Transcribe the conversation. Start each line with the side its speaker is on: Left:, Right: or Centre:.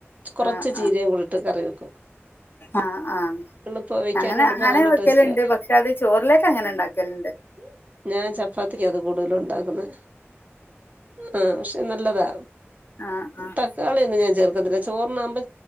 Right: കുറച്ച്
Left: ആഹ്
Right: ചീരയും
Left: ആഹ്
Right: കൂടിയിട്ട് കറി വെക്ക.
Left: ആഹ് ആഹ്
Right: എളുപ്പ വെക്കാൻ
Left: അങ്ങനെ
Right: എളുപ്പ
Left: അങ്ങനെ
Right: നല്ല
Left: വെക്കലുണ്ട്.
Right: ടേസ്റ്റാ.
Left: പക്ഷെ അത് ചോറിലേക്ക് അങ്ങനെ
Right: <inaudible>
Left: ഉണ്ടാക്കലുണ്ട്.
Right: ഞാൻ ചപ്പാത്തിക്ക് അത് കൂടുതലണ്ടാക്ക്നെ, ആഹ് പക്ഷെ നല്ലതാ
Left: ആഹ് ആഹ്
Right: തക്കാളിയൊന്ന് ചേർ ക്കത്തില്ല, ചോറിനാവുമ്പോ